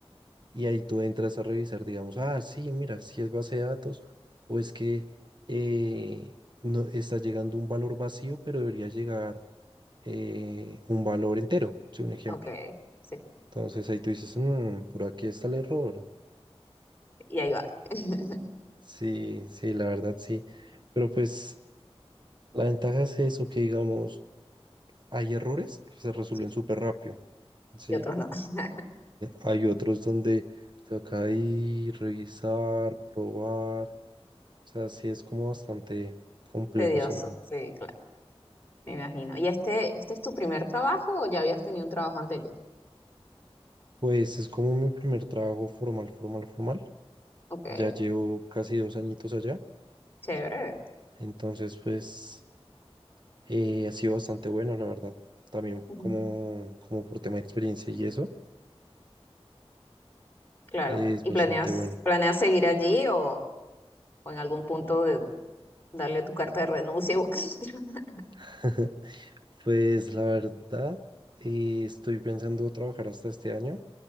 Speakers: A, on the right; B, on the left.
A: Y ahí tú entras a revisar, digamos, ah, sí, mira, si es base de datos o es que eh, no, está llegando un valor vacío, pero debería llegar eh, un valor entero, sí, un ejemplo.
B: ok, sí,
A: Entonces ahí tú dices, "Mm, por aquí está el error.
B: y ahí va. <laughs>
A: Sí, sí, la verdad sí. Pero pues la ventaja es eso, que digamos, hay errores que se resuelven
B: Sí,
A: súper rápido, sí.
B: Y otros no. <laughs>
A: Hay otros donde toca ir, revisar, probar. O sea, sí es como bastante complejo
B: Tedioso,
A: es algo.
B: sí, claro, me imagino. ¿Y este, este es tu primer trabajo o ya habías tenido un trabajo anterior?
A: Pues es como mi primer trabajo formal, formal, formal.
B: Ok,
A: Ya llevo casi dos añitos allá.
B: chévere.
A: Entonces, pues eh, ha sido bastante bueno, la verdad. También
B: Ujú.
A: como, como por tema de experiencia y eso,
B: Claro.
A: eh, es
B: ¿Y
A: bastante
B: planeas,
A: bueno.
B: planeas seguir allí o, o en algún punto de darle tu carta de renuncia y <laughs> buscar otra.
A: <laughs> Pues la verdad, eh, estoy pensando trabajar hasta este año.